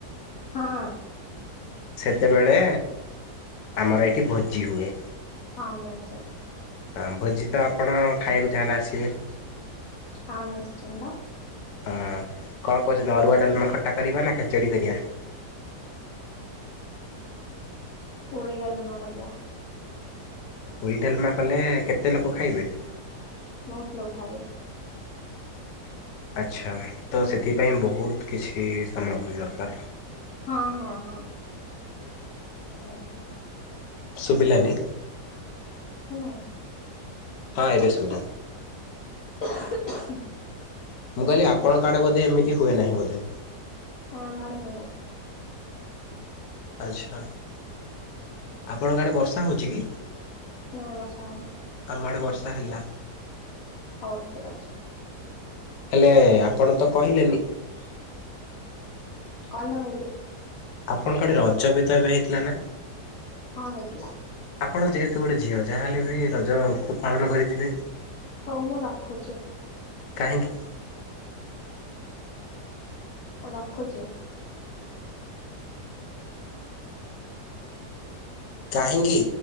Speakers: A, on the left (about 65°); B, on the left (about 85°).
A: ହଁ।
B: ସେତେବେଳେ ଆମର ଏଠି ଭୋଜି ହୁଏ।
A: ହଁ ମୁଁ ଜାଣିଚି।
B: ହଁ ଭୋଜି ତ ଆପଣ ଖାଇବାକୁ ଯାହେଲେ ଆସିବେ?
A: ହଁ ନିଶ୍ଚିନ୍ତ।
B: ହଁ କଣ କହୁଛନ୍ତି ଅରୁଆ ଡାଲମା ଖଟା କରିବା ନା ଖେଚଡ଼ି କରିବା?
A: ପୁରୀ ଡାଲମା କରିଦବା।
B: ପୁରୀ ଡାଲମା କଲେ କେତେ ଲୋକ ଖାଇବେ?
A: ବହୁତ୍ ଲୋକ ଖାଇବେ।
B: ଆଚ୍ଛା ତ ସେଥିପାଇଁ ବହୁତ୍ କିଛି ସାମଗ୍ରୀ ଦରକାର୍।
A: ହଁ ହଁ ହଁ। ହିଁ ହଁ।
B: ସୁବିଲାନି।
A: କିଛି ନାଇଁ।
B: ହଁ ଏବେ ଶୁଭିଲା ମୁଁ କହିଲି ଆପଣଙ୍କ ଆଡ଼େ ବୋଧେ ଏମିତି ହୁଏନାହିଁ ବୋଧେ?
A: ହଁ ଆମଆଡ଼େ ହୁଏନି।
B: ଆଚ୍ଛା ଆପଣଙ୍କ ଗାଁ ଆଡ଼େ ବର୍ଷା ହଉଚିକି?
A: ନାଇଁ ବର୍ଷା ହେଉନାଇଁ।
B: ଆମଆଡ଼େ ବର୍ଷା ହେଲା।
A: ହଉ ଠିକ୍ ଅଛି।
B: ହେଲେ ଆପଣ ତ କହିଲେନି
A: କଣ ଟା କହିବି?
B: ଆପଣଙ୍କ ଆଡ଼େ ରଜବି ତ ଏବେ ହେଇଥିଲା ନା?
A: ହଁ ହେଇଥିଲା।
B: ଆପଣ ଯେହେତୁ ଗୋଟେ ଝିଅ ଯାହାହଲେ ବି ରଜକୁ ପାଳନ କରିଥିବେ?
A: ହଉ ମୁଁ ରଖୁଚି।
B: କାହିଁକି?
A: ରଖୁଚି।
B: କାହିଁକି?